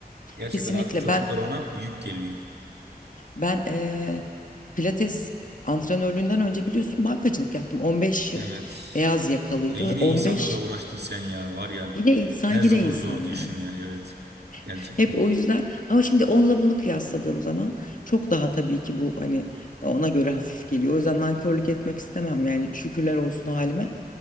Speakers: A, on the right; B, on the left.
A: Gerçekten
B: Kesinlikle
A: artık çocuklar
B: ben
A: ona yük geliyor.
B: ben eee, pilates antrenörlüğünden önce biliyorsun bankacılık yaptım. 15 yıl
A: Evet.
B: beyaz yakalıydı
A: Ya yine
B: ve 15
A: insanlarla uğraştın sen ya var ya
B: yine insan
A: her
B: yine
A: zaman
B: insan
A: zordu
B: yani.
A: işin ya evet. Gerçekten.
B: Hep o yüzden ama şimdi onunla bunu kıyasladığım zaman çok daha tabii ki bu hani e, ona göre hafif geliyor. O yüzden nankörlük etmek istemem yani şükürler olsun halime.